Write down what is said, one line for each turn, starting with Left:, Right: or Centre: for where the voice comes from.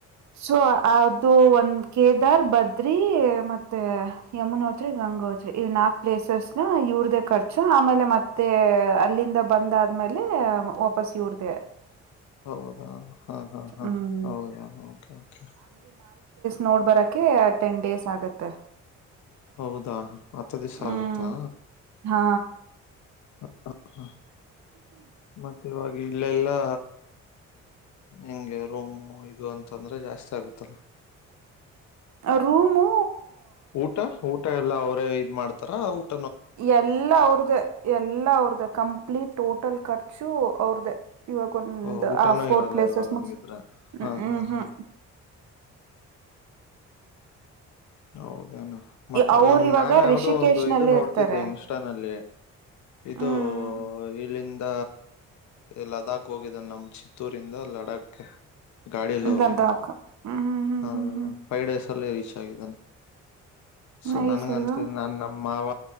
Right: ಸೊ ಅದು ಒಂದ್ ಕೇದಾರ್ ಬದ್ರಿ ಮತ್ತೆ ಯಮೋನೋತ್ರಿ ಗಂಗೋತ್ರಿ ಇವ್ ನಾಕ್ ಪ್ಲೇಸಸನ ಇವ್ರ ಖರ್ಚು ಆಮೇಲೆ ಮತ್ತೆ ಅಲ್ಲಿಂದ ಬಂದ ಆದ್ಮೇಲೆ ವಾಪಸ್ ಇವ್ರದೆೇ.
Left: ಹೌದಾ ಹಾ ಹಾ ಹಾ
Right: ಹ್ಮ್
Left: ಹೌದಾ ಕೆೆ
Right: ನೋಡಿ ಬರಕೆ ಟೆಂಡ್ ಡೇಸ್ ಆಗುತ್ತೆ
Left: ಹೌದಾ ಹತ್ತು ದಿವಸ
Right: ಹ್ಮ್
Left: ಆಗುತ್ತಾ
Right: ಹಾ
Left: ಹ ಹ ಹಾ ಮತ್ತೆ ಇವಾಗ ಇಲ್ಲೆಲ್ಲಾ ಹೆಂಗೆ ರೋಮು ಇದು ಅಂತಂದ್ರೆ ಜಾಸ್ತಿ ಆಗುತ್ತಲ್ಲ
Right: ರೂಮೂ
Left: ಊಟ ಊಟ ಎಲ್ಲ ಅವರೇ ಇದ್ ಮಾಡ್ತಾ ರ ಆಟ್
Right: ಎಲ್ಲ ಅವ್ರ್ದ ಎಲ್ಲಾ ಅವ್ರ್ದ ಕಂಪ್ಲೀಟ್ ಟೋಟಲ್ ಕರ್ ಶೂ ಅವ್ರ್ದೇ ಇವಾಗ ಒಂದ್
Left: ಓ ಊಟನೂ
Right: ಆ ಫೋರ್
Left: ಇರಲ್ಲ
Right: ಪ್ಲೇಸಸ್
Left: ಇವಾಗ
Right: ಮು
Left: ಹಂಗಿದ್ರೆ
Right: ಹ್ಮ್
Left: ಹಾ
Right: ಹ್ಮ್
Left: ಹಾ ಹಾ
Right: ಹ್ಮ್ <inaudible>
Left: ಹೌದು ಅ ಮತ್ತೆ
Right: ಅವ್ರ
Left: ನಮ್
Right: ಇವಾಗ
Left: ನಾನ್ ಯಾವ್ದೋ
Right: ರಿಷಿಕೇಶ್
Left: ಒಂದು
Right: ನಲ್ಲೇ
Left: ಇದು ನೋಡ್ತಿದ್ದೆ
Right: ಇರ್ತಾರೆ
Left: ಇನ್ಸ್ಟಾನಲ್ಲಿ ಇದು
Right: ಹ್ಮ್
Left: ಇಲ್ಲಿಂದ ಲಡಾಖ್ ಹೋಗಿದ್ದಾನ ನಮ್ಮ ಚಿತ್ತೂರಿಂದ ಲಡಾಖ್ ಗಾಡಿಯಲ್ಲ ಹೋಗಿದ್ದಾನ
Right: ಲದ್ದಾಖ್ ಹ್ಮ್ ಹ್ಮ್
Left: ಹಲ್ಲ
Right: ಹ್ಮ್ ಹ್ಮ್ ಹ್ಮ್
Left: ಫೈವ್ ಡೇಸ್ ಅಲ್ಲಿ ರೀಚ್ ಆಗಿದ್ದಾನೆ ಸೊ
Right: ನೈಸ್
Left: ನನ್ಗೆ
Right: ಅಲ್ವಾ
Left: ಅನ್ಸಿದಿದೆ ನಾನನ್ ನಮ್ಮ ಮಾವ